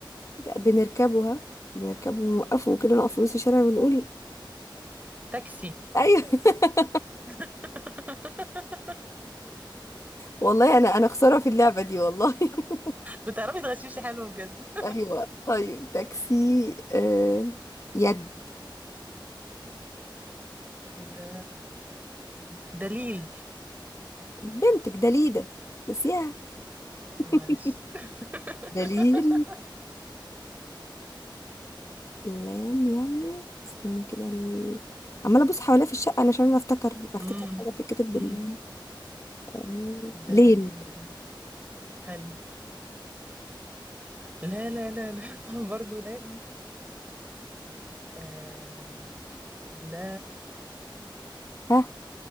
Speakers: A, on the left; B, on the right.
A: بنركبها بنركبه ونوقفه وكده نقف في نص الشارع ونقول
B: تاكسي
A: ايوه <laughs>
B: <laughs>
A: والله انا انا خساره في اللعبه دي والله <laughs>
B: بتعرفي تغششي حلو بجد
A: ايوه طيب تاكسي آه... يد
B: ده دليل
A: بنتك دليده نسيها <laughs>
B: معلش <laughs>
A: دليل لام يعني استني كده ال... عمالة ابص حواليا في الشقة علشان انا افتكر افتكر
B: امم
A: حاجة بتتكتب
B: امم
A: بال آه،
B: لا
A: ليل
B: لا لا حلو لا لا لا لا <laughs> برضه لا آه لا
A: ها